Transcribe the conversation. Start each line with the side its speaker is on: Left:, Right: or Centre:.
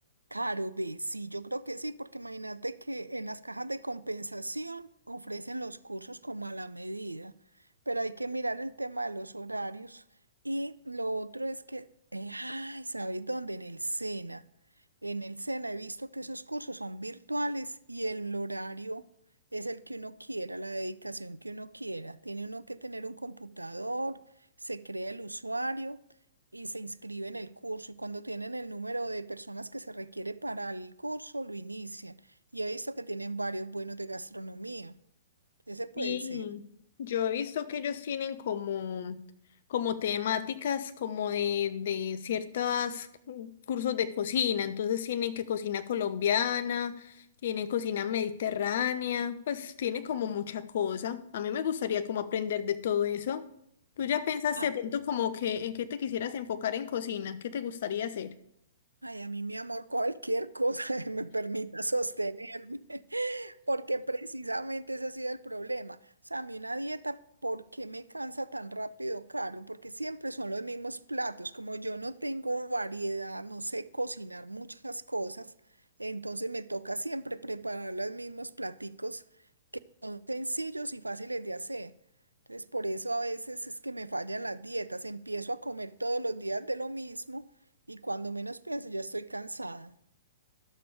Right: Caro, ve, sí, yo creo que sí, porque imagínate que en las cajas de compensación ofrecen los cursos como a la medida, pero hay que mirar el tema de los horarios. Y lo otro es que, eh, ay, ¿sabes dónde? En el SENA. En el SENA he visto que esos cursos son virtuales y el horario es el que uno quiera, la dedicación que uno quiera. Tiene uno que tener un computador, se crea el usuario. y se inscribe en el curso y cuando tienen el número de personas que se requiere para el curso, lo inician. Y he visto que tienen varios buenos de gastronomía. Ese puede
Left: Sí,
Right: ser.
Left: yo he visto que ellos tienen como, como temáticas, como de, de ciertos cursos de cocina, entonces tienen que cocina colombiana, tienen cocina mediterránea, pues tienen como mucha cosa. A mí me gustaría como aprender de todo eso. ¿Tú ya pensaste
Right: ah
Left: de pronto como que en qué te quisieras enfocar en cocina? ¿Qué te gustaría hacer?
Right: Ay, a mí, mi amor, cualquier cosa <laughs> que me permita sostenerme, <laughs> porque precisamente ese ha sido el problema. O sea, a mí una dieta, ¿por qué me cansa tan rápido, Carlos? Porque siempre son los mismos platos. Como yo no tengo variedad, no sé cocinar muchas cosas, entonces me toca siempre preparar los mismos platicos son sencillos y fáciles de hacer. Entonces, por eso a veces es que me fallan las dietas. Empiezo a comer todos los días de lo mismo y cuando menos pienso ya estoy cansada.